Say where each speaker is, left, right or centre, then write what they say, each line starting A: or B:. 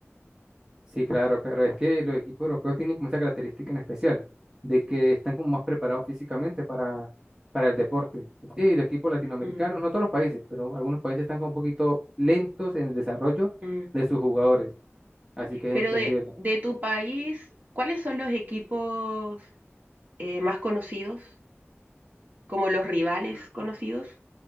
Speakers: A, on the right; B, on the right.
A: Sí, claro, claro. Es que los equipos europeos tienen como esa característica en especial, de que están como más preparados físicamente para, para el deporte. Y los equipos latinoamericanos,
B: Mm,
A: no todos los países, pero algunos países están como un poquito lentos en el desarrollo
B: mm.
A: de sus jugadores. Así que
B: Pero
A: es entenderlo.
B: de, de tu país, ¿cuáles son los equipos eh, más conocidos? Como los rivales conocidos.